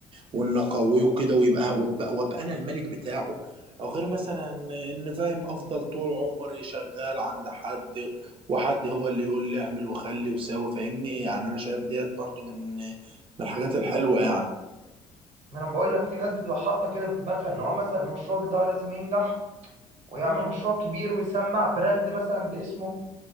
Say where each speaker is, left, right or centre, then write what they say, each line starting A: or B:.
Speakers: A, on the right; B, on the right.
A: وان اقويه كده ويبقى وابقى, وابقى انا الملك بتاعه او غير مثلا ان فاهم افضل طول عمري شغال عند حد وحد هو اللي يقول لي اعمل وخلي وساوي فاهمني يعني انا شايف ديت برضو من من الحاجات الحلوه يعني
B: ما انا بقول لك في ناس بتبقى حاطه كده في دماغها ان هو مثلا المشروع بتاعه لازم ينجح ويعمل مشروع كبير ويسمع براند مثلا باسمه